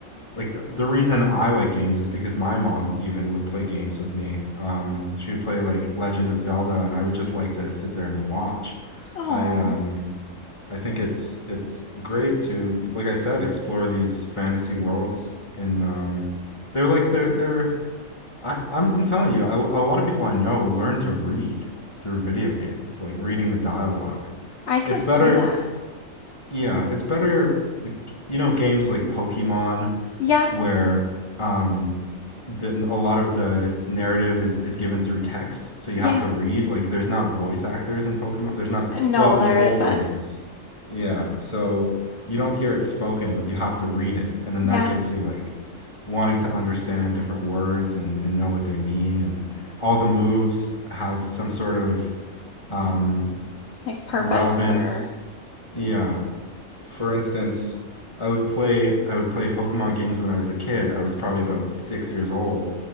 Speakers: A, on the left; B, on the left.
A: like the, the reason I like games is because my mom even would play games with me. Um, she would play like Legend of Zelda, and I would just like to sit there and watch.
B: Oh.
A: I um, I think it's it's great to, like I said, explore these fantasy worlds, and um, they're like they're they're. I, I'm I'm telling you, I, a lot of people I know learn to read through video games, like reading the dialogue.
B: I could
A: It's better,
B: see that.
A: yeah, it's better like you know games like Pokemon
B: Yeah,
A: where um, the, a lot of the narrative is, is given through text, so you
B: Yeah.
A: have to read. Like, there's not voice actors in Pokemon. There's not,
B: No,
A: well, in
B: there
A: the older
B: isn't.
A: ones. Yeah, so you don't hear it spoken, but you have to read it, and then
B: Yeah,
A: that gets you like wanting to understand different words and, and know what they mean, and all the moves have some sort of um,
B: Like purpose
A: relevance.
B: or
A: Yeah, for instance, I would play I would play Pokemon games when I was a kid. I was probably about six years old,